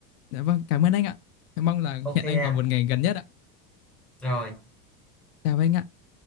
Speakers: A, on the left; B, in the centre.
A: Dạ vâng, cảm ơn anh ạ. Em mong là
B: ok
A: hẹn
B: em
A: anh vào một ngày gần nhất ạ.
B: rồi
A: Chào anh ạ.